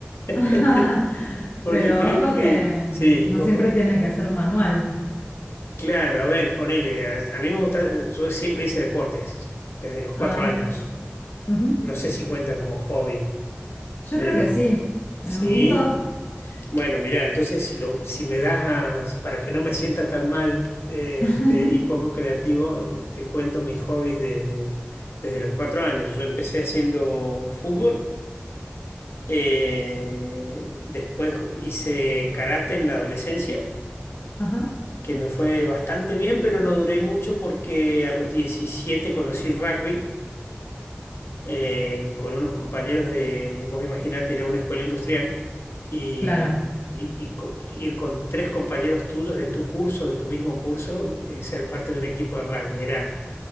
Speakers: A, on the left; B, on the left.
A: <laughs>
B: <laughs>
A: Porque
B: Pero
A: creo
B: ojo
A: que,
B: que
A: sí,
B: no
A: ojo,
B: siempre
A: que-
B: tiene que ser manual.
A: claro, a ver, ponele, a, a mí me gusta, yo siempre hice deportes, desde los
B: Ah,
A: cuatro años.
B: ujú.
A: No sé si cuenta como hobby,
B: Yo
A: pero
B: creo que sí,
A: sí.
B: en un punto.
A: Bueno, mira, entonces si, lo, si me das a- para que no me sienta tan mal eh,
B: <laughs>
A: este, y poco creativo, te cuento mis hobbies de, desde los cuatro años. Yo empecé haciendo fútbol, eh, después hice karate en la adolescencia,
B: Ajá.
A: que me fue bastante bien, pero no duré mucho porque a los 17 conocí el rugby eh, con unos compañeros de, vos imaginate ir a una escuela industrial y,
B: Claro,
A: y- y co- ir con tres compañeros tuyos de tu curso, de tu mismo curso, eh, ser parte de un equipo de rugby. Era